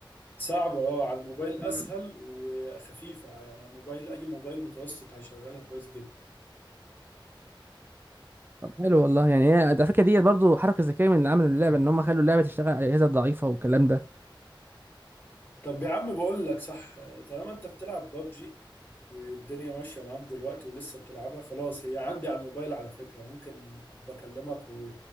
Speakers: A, on the left (about 20°); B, on the right (about 25°).
A: صعبة اه على الموبايل
B: مم.
A: اسهل وخفيفة يعني على الموبايل اي موبايل متوسط هيشغلها كويس جدا
B: طب حلو والله يعني هي على فكره ديت برضه حركه ذكيه من اللي عملوا اللعبه ان هم خلوا اللعبه تشتغل على الاجهزه الضعيفه والكلام ده
A: طب يا عم بقول لك صح طالما انت بتلعب ببجي والدنيا ماشية معاك دلوقتي ولسه بتلعبها خلاص هي عندي على الموبايل على فكرة ممكن بكلمك و...